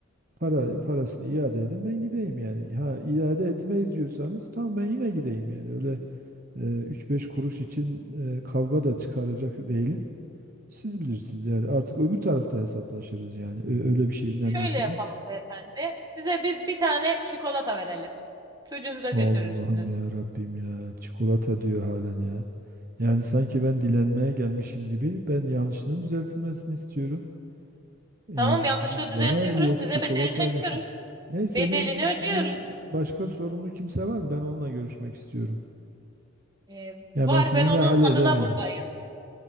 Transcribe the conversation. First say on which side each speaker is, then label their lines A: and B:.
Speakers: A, on the right; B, on the right.
A: Para, parasını iade edin ben gideyim yani. Ha iade etmeyiz diyorsanız tamam ben yine gideyim yani. Öyle e, üç beş kuruş için e, kavga da çıkaracak değilim. Siz bilirsiniz yani artık öbür tarafta hesaplaşırız yani. Ö- öyle bir şeye inanıyorsanız.
B: Şöyle yapalım beyefendi. Size biz bir tane çikolata verelim. Çocuğunuza
A: Allah'ım
B: götürürsünüz.
A: ya Rabbim ya çikolata diyor halen ya. Yani sanki ben dilenmeye gelmişim gibi ben yanlışının düzeltilmesini istiyorum. Yani
B: Tamam yanlışlığı
A: sizin
B: düzeltiyoruz.
A: bana el yok
B: Size
A: çikolataymış
B: bedelini ödüyoruz.
A: mı? Neyse
B: Bedelini
A: bir bir sizin
B: ödüyoruz.
A: başka sorumlu kimse var mı? Ben onunla görüşmek istiyorum.
B: Ee,
A: Ya
B: var
A: ben sizinle
B: ben onun
A: halledemeyeceğim.
B: adına buradayım.